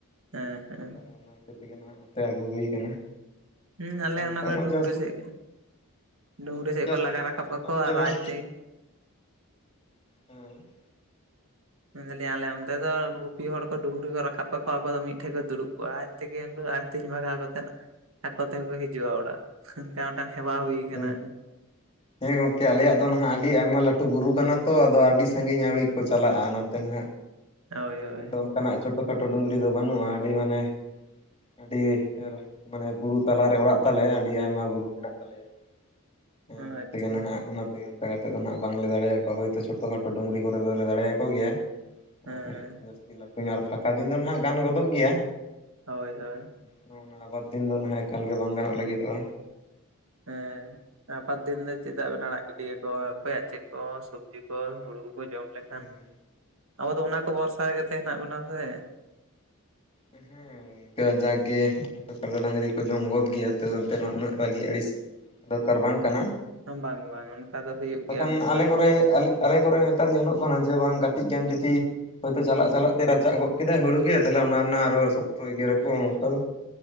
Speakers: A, on the right; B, on the left.
A: ᱦᱮᱸ ᱦᱮᱸ
B: ᱟᱨ ᱛᱟᱦᱚᱞᱮ ᱚᱱᱟᱼᱼ ᱤᱱᱟᱹ ᱛᱮᱜᱮ ᱱᱟᱜ ᱱᱚᱛᱮ ᱟᱹᱜᱩ ᱦᱩᱭ ᱟᱠᱟᱱᱟ
A: ᱦᱩᱸ ᱟᱞᱮ
B: ᱟᱨ ᱱᱤᱛᱚᱜ
A: ᱚᱱᱟ ᱠᱚᱨᱮ
B: ᱢᱟ
A: ᱰᱩᱝᱨᱤ
B: ᱡᱟᱹᱥᱛᱤ
A: ᱥᱮᱡ ᱰᱩᱝᱨᱤ
B: ᱱᱤᱛᱚᱜ
A: ᱥᱮᱡ
B: ᱡᱟᱹᱥᱛᱤ
A: ᱠᱚ ᱞᱟᱜᱟ
B: ᱱᱟᱦᱟᱜ
A: ᱨᱟᱠᱟᱵ
B: ᱧᱮᱞᱚᱜ
A: ᱠᱟᱠᱚᱣᱟ
B: ᱠᱟᱱᱟ ᱡᱮ
A: ᱟᱨ
B: ᱵᱟᱝ
A: ᱟᱡᱛᱮ
B: ᱦᱮᱸ
A: ᱢᱮᱱ ᱫᱟᱞᱤᱧ ᱟᱞᱮ ᱚᱱᱛᱮ ᱫᱚ ᱜᱩᱯᱤ ᱦᱚᱲ ᱠᱚ ᱰᱩᱝᱨᱤ ᱠᱚ ᱨᱟᱠᱟᱵ ᱠᱟᱠᱚᱣᱟ ᱟᱠᱚ ᱫᱚ ᱢᱤᱫᱴᱷᱮᱡ ᱠᱚ ᱫᱩᱲᱩᱵ ᱠᱚᱜ-ᱟᱡ ᱛᱮᱜᱮ ᱚᱱᱠᱚ ᱟᱛᱤᱧ ᱵᱷᱟᱜᱟᱣ ᱠᱟᱛᱮᱫ ᱟᱠᱚ ᱛᱮᱜᱮᱠᱚ ᱦᱤᱡᱩᱜ-ᱟ ᱚᱲᱟᱜ ᱚᱱᱠᱟ ᱢᱤᱫᱴᱟᱱ ᱦᱮᱣᱟ
B: ᱦᱮᱸ
A: ᱦᱩᱭ ᱟᱠᱟᱱᱟ
B: ᱦᱮᱸ ᱜᱚᱝᱠᱮ ᱟᱞᱮᱭᱟᱜ ᱫᱚ ᱱᱟᱦᱟᱜ ᱟᱹᱰᱤ ᱟᱭᱢᱟ ᱞᱟᱹᱴᱩ ᱵᱩᱨᱩ ᱠᱟᱱᱟ ᱛᱚ ᱟᱫᱚ ᱟᱹᱰᱤ ᱥᱟᱺᱜᱤᱧ ᱟᱹᱣᱲᱤ ᱠᱚᱼᱼ ᱪᱟᱞᱟᱜ-ᱟ ᱱᱚᱛᱮ ᱦᱟᱸᱜ
A: ᱦᱳᱭ ᱦᱳᱭ
B: ᱢᱮᱱ ᱫᱚ ᱚᱱᱠᱟᱱᱟᱜ ᱪᱷᱳᱴᱳ ᱠᱷᱟᱴᱳ ᱰᱩᱝᱨᱤ ᱫᱚ ᱵᱟᱹᱱᱩᱜ-ᱟ ᱟᱹᱰᱤ ᱢᱟᱱᱮ ᱟᱹᱰᱤ ᱢᱟᱱᱮ ᱵᱩᱨᱩ ᱛᱟᱞᱟ ᱨᱮ ᱚᱲᱟᱜ ᱛᱟᱞᱮ ᱟᱹᱰᱤ ᱟᱭᱢᱟ ᱵᱩᱨᱩ ᱢᱮᱱᱟᱜ ᱛᱟᱞᱮᱭᱟ ᱦᱮᱸ
A: ᱟᱪᱪᱷᱟ
B: ᱚᱱᱟ ᱛᱮᱜᱮ ᱱᱟᱦᱟᱜ ᱚᱱᱟᱼᱼ ᱚᱱᱠᱟ ᱠᱟᱛᱮ ᱫᱚ ᱦᱟᱸᱜ ᱵᱟᱝᱞᱮ ᱫᱟᱲᱮᱭᱟ ᱠᱚᱣᱟ ᱦᱳᱭᱛᱳ ᱪᱷᱳᱴᱳ ᱠᱷᱟᱴᱚ ᱰᱩᱝᱨᱤ ᱠᱚᱨᱮ ᱫᱚᱞᱮ ᱫᱟᱲᱮᱭ ᱟᱠᱚ ᱜᱮᱭᱟ
A: ᱦᱮᱸ
B: ᱟᱨ ᱡᱟᱹᱥᱛᱤ ᱡᱟᱹᱥᱛᱤ ᱞᱟᱹᱴᱩ ᱧᱚᱜ ᱟᱨ ᱯᱷᱟᱸᱠᱟ ᱫᱤᱱ ᱫᱚ ᱱᱟᱦᱟᱜ ᱜᱟᱱ ᱜᱚᱫᱚᱜ ᱜᱮᱭᱟ
A: ᱦᱳᱭ ᱦᱳᱭ
B: ᱟᱨ ᱚᱱᱟ ᱟᱵᱟᱫᱽ ᱫᱤᱱ ᱫᱚ ᱱᱟᱦᱟᱜ ᱮᱠᱟᱞ ᱜᱮ ᱵᱟᱝ ᱜᱟᱱᱚᱜ ᱞᱟᱹᱜᱤᱫᱚᱜ-ᱟ
A: ᱦᱮᱸ ᱟᱯᱟᱫᱽ ᱫᱤᱱ ᱫᱚ ᱪᱮᱫᱟᱜ ᱵᱮᱱ ᱟᱲᱟᱜ ᱜᱤᱰᱤ ᱠᱟᱠᱚᱣᱟ ᱚᱠᱚᱭᱟᱜ ᱪᱮᱫ ᱠᱚ ᱥᱚᱵᱡᱤ ᱠᱚ ᱦᱩᱲᱩ ᱠᱚ ᱡᱚᱢ ᱞᱮᱠᱷᱟᱱ
B: ᱦᱮᱸ
A: ᱟᱵᱚ ᱫᱚ ᱚᱱᱟ ᱠᱚ ᱵᱷᱚᱨᱥᱟ ᱨᱮᱜᱮ ᱛᱚ ᱦᱮᱱᱟᱜ ᱵᱚᱱᱟ ᱥᱮ
B: ᱦᱮᱸ ᱤᱱᱠᱟᱹ ᱡᱟᱜᱜᱮ ᱠᱟᱰᱟ ᱰᱟᱹᱝᱨᱤ ᱠᱚ ᱡᱚᱢ ᱜᱚᱫ ᱜᱮᱭᱟ ᱛᱟᱹᱣ ᱮᱱᱛᱮ ᱨᱮᱦᱚᱸ ᱩᱱᱟᱹᱜ ᱨᱟᱹᱜᱤ ᱟᱹᱲᱤᱥ ᱫᱚᱨᱠᱟᱨ ᱵᱟᱝ ᱠᱟᱱᱟ
A: ᱵᱟᱝ ᱵᱟᱝ ᱚᱱᱠᱟ ᱫᱚ ᱦᱩᱭᱩᱜ
B: ᱵᱟᱠᱷᱟᱱ
A: ᱜᱮᱭᱟ ᱢᱤᱫ
B: ᱟᱞᱮ
A: ᱵᱟᱨ
B: ᱠᱚᱨᱮ ᱟᱞᱮᱼᱼ ᱟᱞᱮ ᱠᱚᱨᱮ ᱱᱮᱛᱟᱨ ᱧᱮᱞᱚᱜ ᱠᱟᱱᱟ ᱡᱮ ᱵᱟᱝ ᱠᱟᱹᱴᱤᱡ ᱜᱟᱱ ᱡᱩᱫᱤ ᱦᱳᱭᱛᱳ ᱪᱟᱞᱟᱜ ᱪᱟᱞᱟᱜ ᱛᱮ ᱨᱟᱪᱟᱜ ᱜᱚᱫ ᱠᱮᱫᱟᱭ ᱦᱩᱲᱩ ᱜᱮ ᱛᱟᱦᱚᱞᱮ ᱚᱱᱟ ᱨᱮᱱᱟᱜ ᱟᱨᱚ ᱥᱚᱠᱛᱚ ᱮᱜᱮᱨᱟᱠᱚ ᱚᱱᱠᱟᱼᱼ